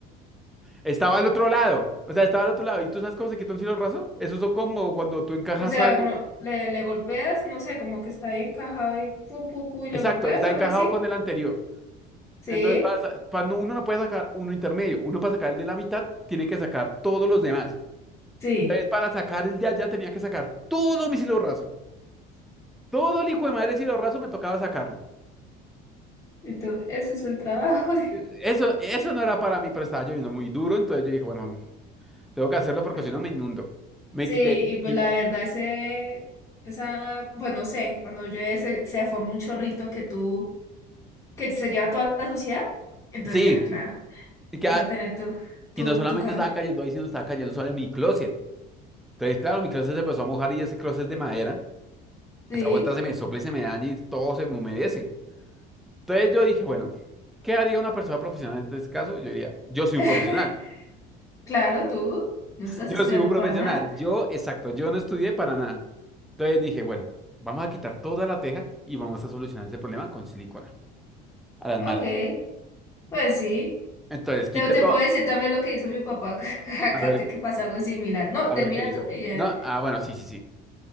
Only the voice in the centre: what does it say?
Estaba al otro lado. O sea, estaba al otro lado. ¿Y tú sabes cómo se quita un cielo raso? Esos son como cuando tú encajas
algo.
Exacto,
está
encajado
con el anterior.
Entonces, para, sa- para no- uno no puede sacar uno intermedio. Uno para sacar el de la mitad, tiene que sacar todos los demás.
Entonces, para sacar el de allá tenía que sacar todo mi cielo raso. Todo el hijo de madre cielo raso me tocaba sacarlo.
Eh, Eso, eso no era para mí, pero estaba lloviendo muy duro, entonces yo dije, bueno, tengo que hacerlo porque
si no me inundo. Me
quité.
qui-
sí,
y, que,
y no solamente
estaba cayendo ahí, sino estaba cayendo sobre mi closet. Entonces, claro, mi closet se empezó a mojar y ese closet es de madera.
Esa vuelta se me sopla y se me daña y todo se me humedece. Entonces yo dije, bueno, ¿qué haría una persona profesional en este caso? Yo diría, yo soy
un profesional.
Yo
soy un profesional.
Yo, exacto, yo no estudié para nada. Entonces dije, bueno, vamos a quitar toda la teja y vamos a solucionar ese problema con silicona, a las
malas.
Entonces
quité
todo.
A ver,
a
ver qué hizo.
No, ah, bueno, sí, sí, sí.